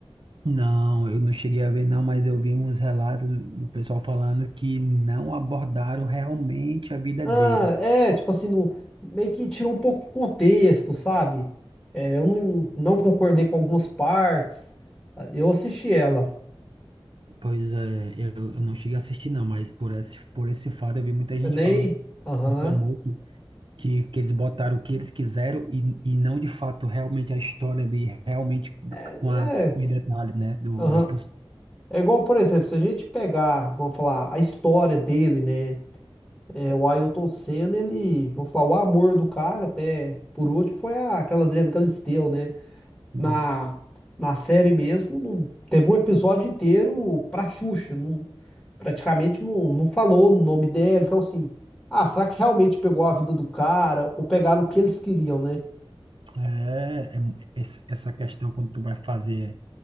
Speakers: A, on the right; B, in the centre.
A: Não, eu não cheguei a ver, não, mas eu vi uns relatos do do pessoal falando que não abordaram realmente a vida
B: Ah,
A: dele.
B: é, tipo assim, no, meio que tirou um pouco o contexto, sabe? É, eu não, não concordei com algumas partes. Eu assisti ela.
A: Pois é, eu, eu não cheguei a assistir não, mas por esse, por esse fato eu vi muita gente
B: Você nem.
A: falando que
B: Aham.
A: reclamou que, que, que eles botaram o que eles quiseram e, e não de fato realmente a história ali, realmente
B: É.
A: com as, com os detalhes, né, do,
B: Aham.
A: do Ayrton
B: É igual, por exemplo, se a gente pegar, vamos falar, a história dele, né? É, o Ayrton Senna, ele, vamos falar, o amor do cara, até por último, foi a- aquela Adriana Galisteu, né?
A: Senna.
B: Na, na série mesmo, não- teve um episódio inteiro pra Xuxa, não- praticamente não, não falou no nome dela. Então, assim, ah, será que realmente pegou a vida do cara ou pegaram o que eles queriam, né?
A: É, é mu- esse- essa questão quando tu vai fazer